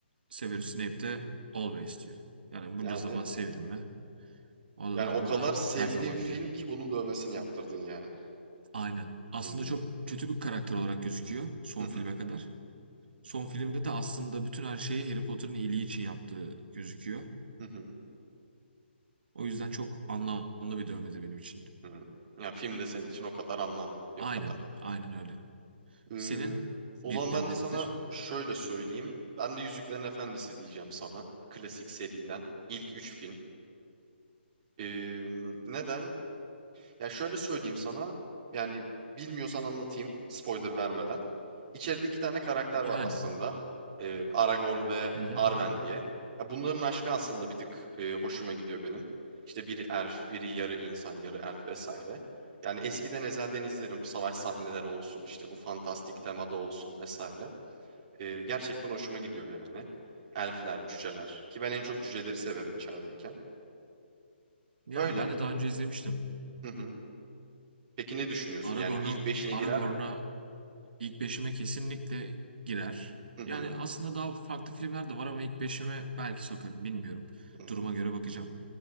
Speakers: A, on the right (about 55°); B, on the right (about 30°).
A: Severus Snape de always diyor. Yani
B: Yani
A: bunca zaman sevdim mi? O
B: yani
A: da
B: o
A: o
B: kadar
A: da
B: sevdiğim
A: her zaman
B: film
A: diyor.
B: ki bunun dövmesini yaptırdın yani.
A: Aynen. Aslında
B: Hmm.
A: çok kötü bir karakter olarak gözüküyor son
B: Hı hı.
A: filme kadar. Son filmde de aslında bütün her şeyi Harry Potter'ın iyiliği için yaptığı gözüküyor.
B: Hı hı.
A: O yüzden çok anlamlı bir dövmedir benim için.
B: Hı. Yani film de senin için o kadar anlamlı. Bir
A: Aynen,
B: o kadar.
A: aynen öyle.
B: Ee,
A: Senin
B: o
A: birindedir.
B: zaman ben de sana şöyle söyleyeyim. Ben de Yüzüklerin Efendisi diyeceğim sana. Klasik seriden. İlk 3 film. Ee, neden? Ya şöyle söyleyeyim sana. Yani bilmiyorsan anlatayım spoiler vermeden. İçeride iki tane karakter
A: Yani,
B: var aslında. Ee, Aragorn ve
A: hı hı.
B: Arwen diye. Ya bunların aşkı aslında bir tık e, hoşuma gidiyor benim. İşte biri elf, biri yarı insan, yarı elf vesaire. Yani eskiden ezelden izlerim. Savaş sahneleri olsun, işte bu fantastik temada olsun vesaire. Ee, gerçekten hoşuma gidiyor yani. Elfler, cüceler. Ki ben en çok cüceleri severim içerideyken.
A: Yani
B: Öyle.
A: ben de daha önce izlemiştim.
B: Hı hı. Peki ne düşünüyorsun?
A: Aragorn'a
B: Yani ilk beşine
A: Aragorn'a
B: girer mi?
A: ilk beşime kesinlikle girer.
B: Hı hı.
A: Yani aslında daha farklı filmler de var ama ilk beşime belki sokarım, bilmiyorum.
B: Hı,
A: Duruma göre bakacağım.